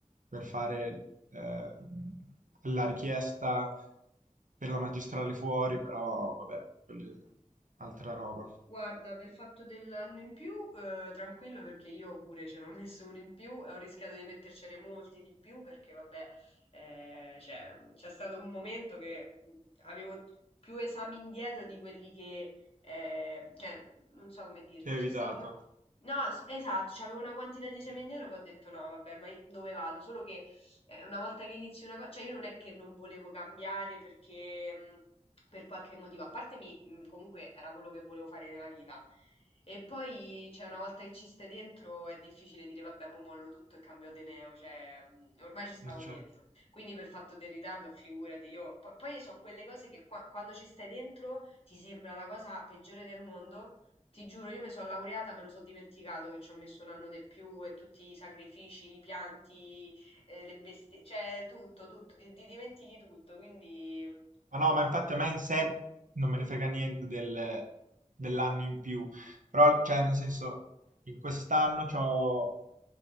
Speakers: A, on the right (about 85°); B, on the left (about 50°).
A: per fare eh, la richiesta per la magistrale fuori, però vabbè, quella è altra roba.
B: Guarda, per il fatto dell'anno in più, eh, tranquillo perché io pure ce n'ho <laughs> messo uno in più e ho rischiato di mettercene molti di più perché, vabbè, eh, cioè, c'è stato un momento che avevo più esami indietro di quelli che, eh, cioè, non so come dirti,
A: Che avevi
B: c'è stato
A: dato?
B: un... mo- No, s- esatto, c'avevo una quantità di esami
A: Sì,
B: indietro che ho detto no, vabbè, ma i- dove vado? Solo che eh, una volta che inizi una cosa, cioè io non è che non volevo cambiare perché mh, per qualche motivo, a parte mi, mh, comunque era quello che volevo fare nella vita. E poi, cioè, una volta che ci stai dentro è difficile dire, vabbè, mo mollo tutto e cambio ateneo, cioè, mh, ormai ci stavo
A: non c'è.
B: dentro. Quindi per fatto del ritardo, figurati, io... po- poi so quelle cose che qua- quando ci stai dentro ti sembra la cosa peggiore del mondo. Ti giuro, io mi sono laureata, me lo so dimenticato che ci ho messo un anno di più e tutti i sacrifici, i pianti, eh, le bestie, cioè tutto, tutto, ti, ti dimentichi tutto, quindi mm,
A: Ma no, ma infatti a me in sé non me ne frega niente del- dell'anno in più, però, cioè, nel senso, in quest'anno c'ho-